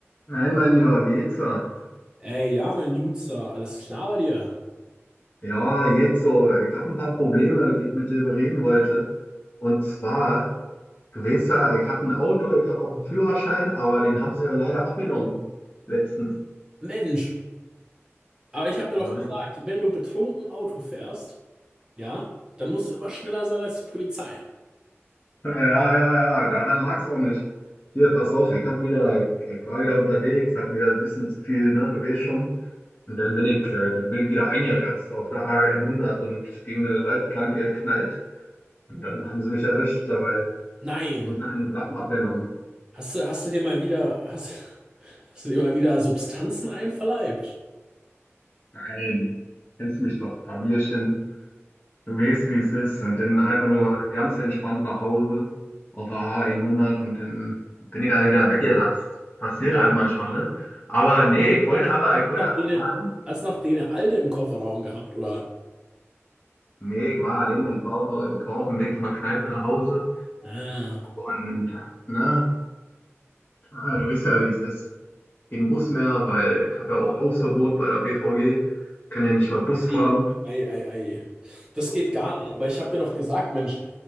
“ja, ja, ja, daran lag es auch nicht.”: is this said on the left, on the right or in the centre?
Left